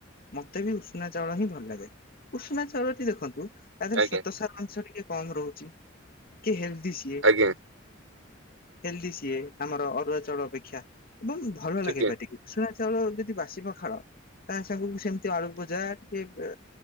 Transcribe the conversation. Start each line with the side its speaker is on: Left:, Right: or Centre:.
Left: ମତେ ବି ଉଷୁନା ଚାଉଳ ହିଁ ଭଲ ଲାଗେ ଉଷୁନା ଚାଉଳଟି ଦେଖନ୍ତୁ ତା ଦେହରେ
Right: ଆଜ୍ଞା
Left: ସ୍ଵେତ ସାର ଅଂଶ ଟିକେ କମ୍ ରହୁଛି ଟିକେ ହେଲଦି ସିଏ।
Right: ଆଜ୍ଞା
Left: ହେଲଦି ସିଏ ଆମର ଅରୁଆ ଚାଉଳ ଅପେକ୍ଷା ଏବଂ ଭଲ
Right: ଆଜ୍ଞା
Left: ଲାଗେ ପାଟିକୁ ଶୁ ଯଦି ବାସି ପଖାଳ ତା ସାଙ୍ଗକୁ ସେମତି ଆଳୁ ବଜା ଟିକେ ବା